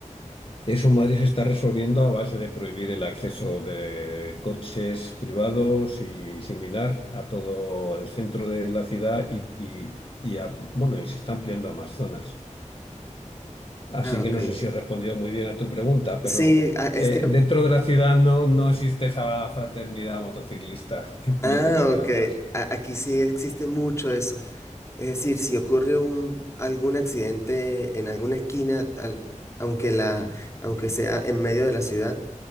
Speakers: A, on the left (about 45°); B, on the left (about 20°).
A: Eso Madrid se está resolviendo a base de prohibir el acceso de coches privados y similar a todo el centro de la ciudad y, y- y a- bueno, y se está ampliando a más zonas. Así
B: Ah, ok.
A: que no sé si he respondido muy bien a tu pregunta,
B: Sí,
A: pero
B: a- es
A: eh,
B: que
A: dentro de la ciudad no, no existe esa fraternidad motociclista <laughs> de
B: Ah,
A: la que me
B: ok.
A: hablas.
B: A- aquí sí existe mucho eso. Es decir, si ocurre un, algún accidente en alguna esquina, al- aunque la, aunque sea en medio de la ciudad,